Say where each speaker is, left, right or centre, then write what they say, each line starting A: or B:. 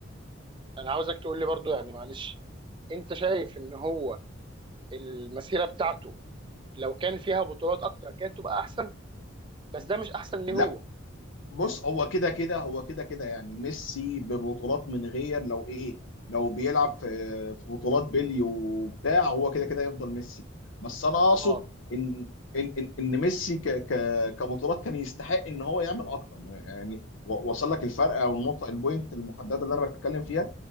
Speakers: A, on the right; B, on the left.
A: انا عاوزك تقول لي برضو يعني معلش انت شايف ان هو المسيره بتاعته لو كان فيها بطولات اكتر كانت تبقى احسن بس ده مش احسن ليه
B: لا
A: هو
B: بص هو كده كده هو كده كده يعني ميسي ببطولات من غير لو ايه لو بيلعب في في بطولات بيلي وبتاع هو كده كده يفضل ميسي بس انا اقصد
A: اه
B: ان ان ان إن ميسي ك ك كبطولات كان يستحق ان هو يعمل اكتر يعني و- وصل لك الفرق او النقطه البوينت المحدده اللي انا بتكلم فيها